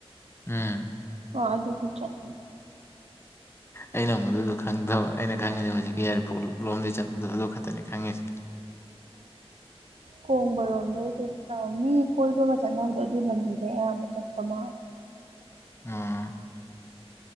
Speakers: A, on the left; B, on the right.
A: ꯎꯝ
B: ꯑꯣ ꯑꯗꯨꯗꯨ ꯆꯠ
A: ꯑꯩꯅ ꯃꯗꯨꯗꯣ ꯈꯪꯗꯕ꯫ ꯑꯩꯅ ꯈꯪꯉꯤꯁꯦ ꯍꯧꯖꯤꯛꯀꯤ ꯏꯌꯦꯔꯄꯣꯔꯠ ꯂꯣꯝꯗꯩ ꯆꯠꯄꯗꫭ ꯑꯗꯨ ꯈꯛꯇꯅꯤ ꯈꯪꯉꯤꯁꯤ꯫
B: ꯀꯣꯡꯕꯔꯣ꯫ ꯑ ꯃꯤ ꯀꯣꯏꯕꯒ ꯆꯠꯅꯕꯗꯣ ꯑꯗꯨ ꯂꯝꯕꯤꯗ ꯑꯌꯥꯝꯕ ꯆꯠꯄ ꯃꯥꯜꯂꯦ꯫
A: ꯑꯥ